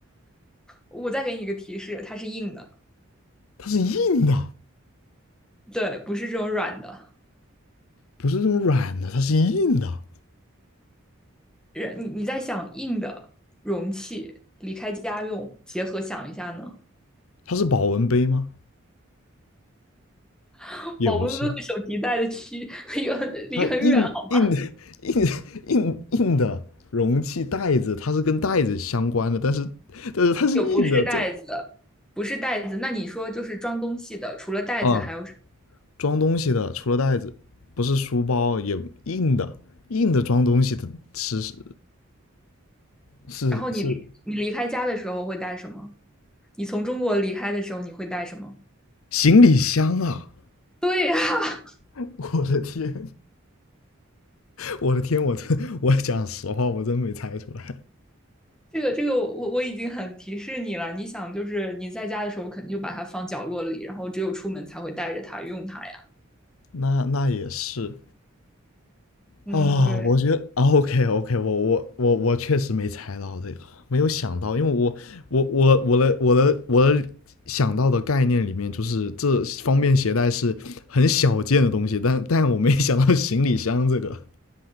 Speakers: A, in the centre; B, on the left (about 75°).
A: 我再给你一个提示，它是硬的，
B: 它是硬的，
A: 对，不是这种软的。
B: 不是那种软的，它是硬的。
A: 人，你你在想硬的容器离开家用，结合想一下呢，
B: 它是保温杯吗？
A: <laughs>
B: 也不是，
A: 保温杯和手提袋的区离很离很远，
B: 它硬硬的硬硬硬的容器袋子，
A: 哦，
B: 它是跟袋子相关的，但是但是它是硬的，
A: 有不是袋子，
B: 这
A: 不是袋子。那你说就是装东西的，除了袋子还有什，
B: 啊装东西的除了袋子，不是书包也硬的，硬的装东西的是是是是
A: 然后你离你离开家的时候会带什么？你从中国离开的时候，你会带什么？
B: 行李箱啊！
A: <laughs> 对呀、啊
B: <laughs> 我的天，我的天，我真我讲实话，我真没猜出来。
A: 这个这个我我我已经很提示你了。你想，就是你在家的时候，肯定就把它放角落里，然后只有出门才会带着它用它呀。
B: 那那也是
A: 嗯，
B: 啊、
A: 对，
B: 我觉得啊，OK OK，我我我我确实没猜到这个，没有想到，因为我我我我的我的我的想到的概念里面，就是这方便携带是很小件的东西，但但我没想到行李箱这个。